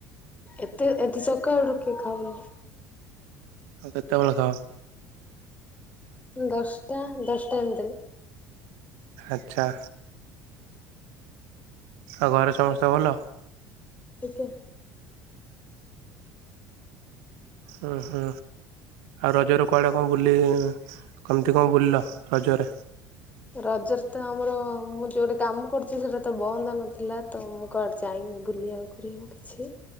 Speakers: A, on the left; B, on the right.
A: ଏତେ ଏତେ ସକାଳରୁ କିଏ ଖାଉନି।
B: କେତେବେଳେ ଖାଅ?
A: ଦଶଟା ଦଶଟା ଭିତରେ।
B: ଆଚ୍ଛା। ଆଉ ଘରେ ସମସ୍ତେ ଭଲ?
A: ଆଜ୍ଞା।
B: ଉଁ ହୁଁ। ଆଉ ରଜର କୁଆଡ଼େ କଣ ବୁଲି କେମିତି କଣ ବୁଲିଲ ରଜରେ?
A: ରଜରେ ତ ଆମର ମୁଁ ଯୋଉଠି କାମ କରୁଚି ସେଇଟା ତ ବନ୍ଦ ନଥିଲା ତ ମୁଁ କୁଆଡ଼େ ଯାଇନି ବୁଲିବାକୁ ବି ମୁଁ କିଛି।